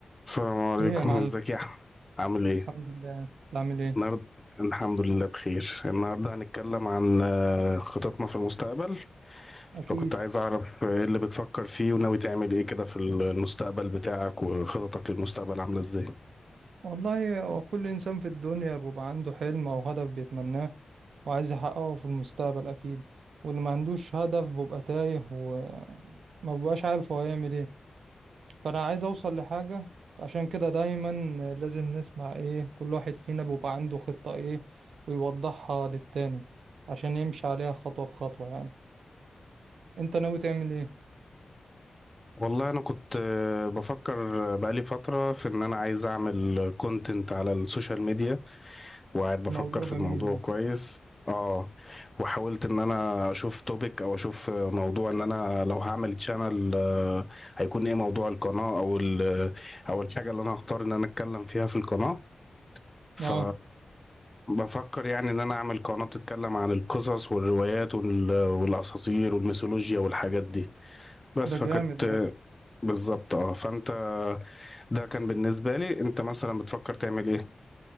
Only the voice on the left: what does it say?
السلام عليكم
<laughs> ازيك يا احمد عامل ايه
النهارده الحمد لله بخير النهارده هنتكلم عن آه، خططنا في المستقبل
فكنت عايز اعرف آه، ايه اللي بتفكر فيه وناوي تعمل ايه كده في المستقبل بتاعك وخططك للمستقبل عامله ازاي
والله انا كنت آه، بفكر آه، بقالي فترة في ان انا عايز اعمل كونتنت على السوشيال ميديا وقاعد بفكر
في
الموضوع
كويس اه وحاولت ان انا اشوف توبيك او اشوف آه، موضوع ان انا لو هعمل تشانل هيكون ايه موضوع القناة او ال- او الحاجة اللي انا هختار ان انا اتكلم فيها في القناة ف
بفكر يعني ان انا اعمل قناة بتتكلم عن القصص والروايات وال- والاساطير والميثولوجيا والحاجات دي بس
فكنت
بالظبط اه فانت ده كان بالنسبة لي انت مثلا بتفكر تعمل ايه